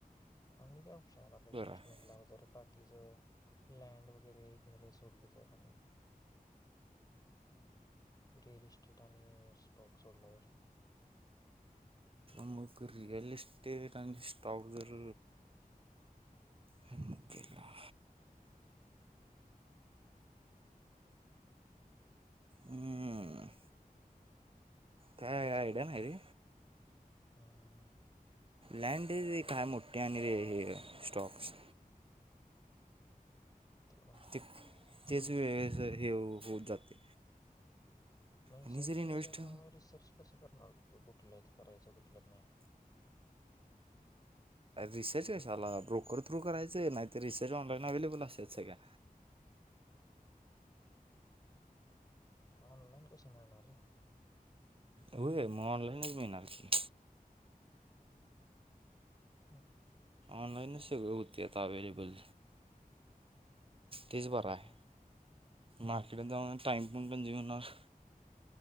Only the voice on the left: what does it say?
आणि काय ऑप्शन आहेत, आपल्या इन्व्हेस्टमेंटला
जर बाकीच लँड वगैरे घर तोडल तर आणि रिअल इस्टेट आणि स्टॉक सोडला तर
<unintelligible>
हम्म
ठेऊ काय.
मग एस-आय-पी
मध्ये आता रिसर्च कसं करणार, कुठल्याथ करायचा कुठल्यात नाही.
ऑनलाइन कस मिळणार हे.
हा.
हम्म.